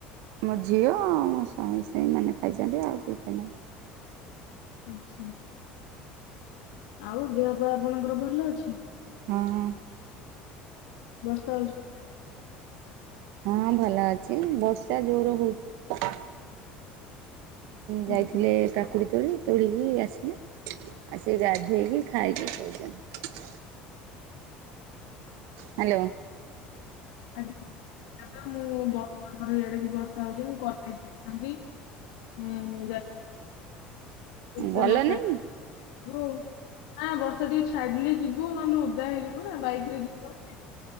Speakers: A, on the right; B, on the left.
A: ମୋ ଝିଅ ଆଉ ମୋ ସ୍ୱାମୀ ସେଇମାନେ ଖାଇଛନ୍ତି ଆଉ କେହି ଖାଇନାହାନ୍ତି।
B: ଆଚ୍ଛା। ଆଉ ଦେହପାହାଆପଣଙ୍କର ଭଲ ଅଛି?
A: ହଁ।
B: ବର୍ଷା ହଉଛି।
A: ହଁ ଭଲ ଅଛି ବର୍ଷା ଜୋର ହଉଛି।
B: ହୁଁ।
A: ଯାଇଥିଲେ କାକୁଡ଼ି ତୋଳି। ତୋଳିକି ଆସିଲେ ଆସି ଗାଧେଇକି ଖାଇକି ଶୋଇଚନ୍ତି। ହ୍ୟାଲୋ।
B: ଆଜ୍ଞା ଏବେ ମୁଁ ବର୍ତ୍ତମାନ ଆମର ଇଆଡେ ବି ବର୍ଷା ହଉଚି ମୁଁ କଲେଜ୍ ଯାଇଥାନ୍ତି। ଏଁ ଯା ଦେଖିଆ
A: ଭଲ
B: ବର୍ଷା
A: ନାଇଁ
B: ଛାଡୁ
A: କି?
B: ଆଉ। ନା ବର୍ଷା ଟିକେ ଛାଡିଲେ ଯିବୁ ନହେଲେ ଓଦା ହେଇଯିବୁ ନା ବାଇକ ରେ ଯିବ ଆମେ।